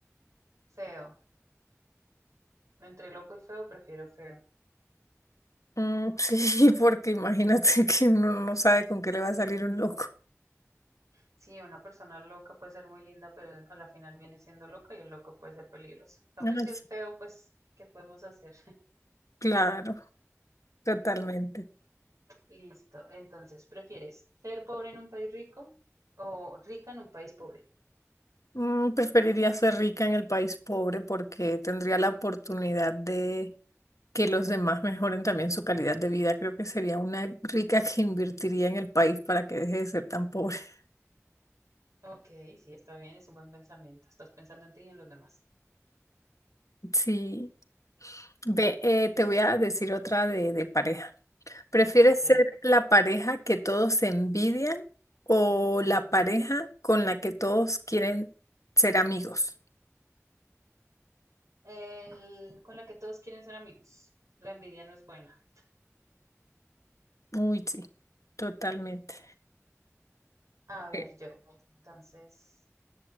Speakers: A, on the right; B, on the left.
A: Feo. Entre loco y feo, prefiero feo.
B: Mm, sí, <laughs> porque imagínate que uno no sabe con qué le va a salir un loco.
A: Sí, una persona loca puede ser muy linda, pero a la final viene siendo loca y el loco puede ser peligroso. En cambio,
B: Ay,
A: si
B: sí,
A: es feo, pues, ¿qué podemos hacer?
B: claro, totalmente.
A: Listo. Entonces, ¿prefieres ser pobre en un país rico o rica en un país pobre?
B: Mm, preferiría ser rica en el país pobre porque tendría la oportunidad de que los demás mejoren también su calidad de vida. Creo que sería una rica que invertiría en el país para que deje de ser tan pobre. <laughs>
A: Ok, sí, está bien, es un buen pensamiento. Estás pensando en ti y en los demás.
B: Sí. Ve, eh, te voy a decir otra de, de pareja. ¿Prefieres
A: Ok.
B: ser la pareja que todos envidian o la pareja con la que todos quieren ser amigos?
A: El, con la que todos quieren ser amigos. La envidia no es buena.
B: Uy, sí, totalmente.
A: A ver,
B: Eh,
A: yo. Entonces,